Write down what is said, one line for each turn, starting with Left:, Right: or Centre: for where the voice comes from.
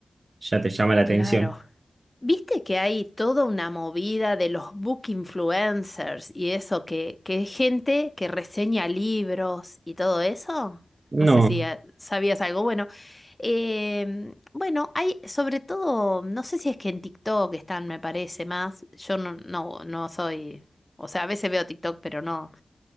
Right: ya te llama la atención.
Left: Claro. Viste que hay toda una movida de los book influencers y eso, que, que es gente que reseña libros y todo eso.
Right: No,
Left: No sé si eh, sabías algo. Bueno, em, bueno, hay sobre todo, no sé si es que en TikTok están, me parece más. Yo no, no, no soy, o sea, a veces veo TikTok, pero no.